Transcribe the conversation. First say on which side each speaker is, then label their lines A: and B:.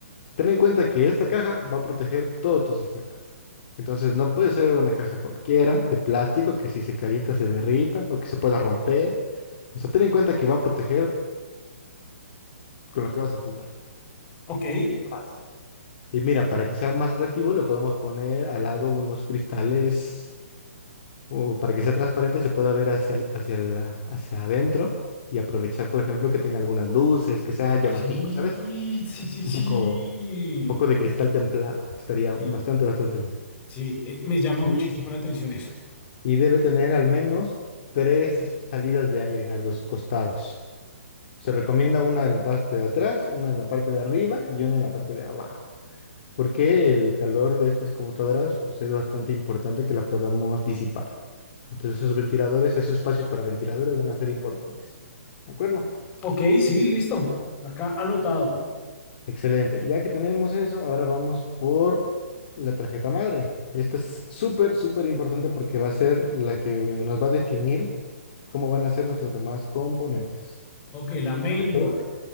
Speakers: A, on the left (about 45°); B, on the left (about 20°).
A: Ten en cuenta que esta caja va a proteger todo tu sistema. Entonces no puede ser una caja cualquiera de plástico que si se calienta se derrita o que se pueda romper. O sea, ten en cuenta que va a proteger con lo que vas a jugar.
B: Ok.
A: Sin más. Y mira, para que sea más atractivo, le podemos poner al lado unos cristales o para que sea transparente se pueda ver hacia, el- hacia, la- hacia adentro y aprovechar, por ejemplo, que tenga algunas luces, que sea llamativo,
B: Sí,
A: ¿sabes?
B: sí, sí, sí.
A: Un poco, un poco de cristal templado. Estaría bastante,
B: Sí,
A: bastante bien.
B: sí, eh, me llama
A: Y
B: muchísimo la atención eso.
A: y debe tener al menos tres salidas de aire a los costados. Se recomienda una en la parte de atrás, una en la parte de arriba y una en la parte de abajo, porque el calor de estas computadoras pues, es bastante importante que la podamos disipar. Entonces esos ventiladores, esos espacios para ventiladores van a ser importantes. ¿De acuerdo?
B: Ok, sí, listo. Acá anotado.
A: Excelente. Ya que tenemos eso, ahora vamos por la tarjeta madre. Esta es súper, súper importante porque va a ser la que eh, nos va a definir cómo van a ser nuestros demás componentes.
B: Ok, la main
A: ¿De acuerdo?
B: door.